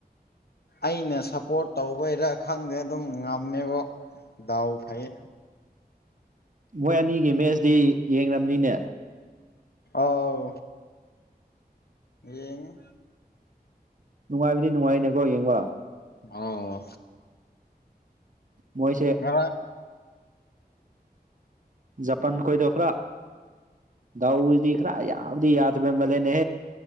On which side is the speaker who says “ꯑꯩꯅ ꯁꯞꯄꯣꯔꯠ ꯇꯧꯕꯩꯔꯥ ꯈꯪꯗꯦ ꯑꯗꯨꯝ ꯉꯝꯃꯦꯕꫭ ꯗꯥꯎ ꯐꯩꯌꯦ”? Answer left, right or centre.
Left